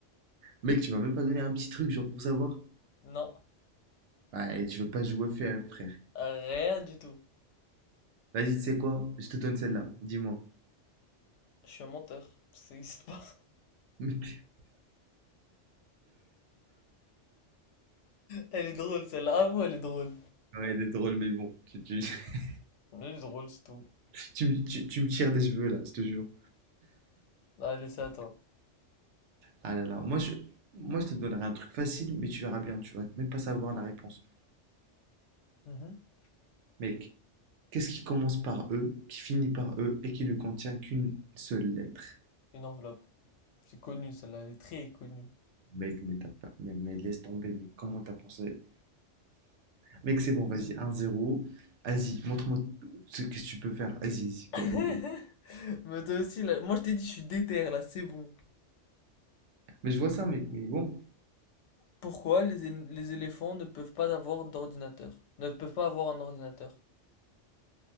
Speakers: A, on the right; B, on the left.
A: Mec, tu m'as même pas donné un petit truc, genre pour savoir?
B: Non,
A: Ah, et tu veux pas jouer fair, frère.
B: rien du tout.
A: Vas-y, tu sais quoi? Je te donne celle-là, dis-moi.
B: Je suis un menteur. Ça existe pas.
A: <laughs>
B: Elle est drôle celle-là. Avoue, elle est drôle.
A: Ouais, elle est drôle, mais bon, tu, tu, <laughs>
B: Elle est drôle, c'est tout.
A: tu, me- tu, tu me tires des cheveux là, je te jure.
B: Allez, c'est à toi.
A: Ah là là, moi je, moi je te donnerai un truc facile, mais tu verras bien, tu vas même pas savoir la réponse.
B: Mhm.
A: Mec, qu'est-ce qui commence par E, qui finit par E et qui ne contient qu'une seule lettre?
B: Une enveloppe. C'est connu celle-là, elle est très connue.
A: Mec, mais t'as pas, mais, mais laisse tomber, mais comment t'as pensé? Mec, c'est bon, vas-y, 1-0. Vas-y, montre-moi ce que tu peux faire. Vas-y, vas-y, que-
B: <laughs>
A: go, go.
B: Mais toi aussi, là, moi je t'ai dit, je suis déter là, c'est bon.
A: Mais je vois ça, mec, mais bon,
B: Pourquoi les, é- les éléphants ne peuvent pas avoir d'ordinateur? Ne peuvent pas avoir un ordinateur.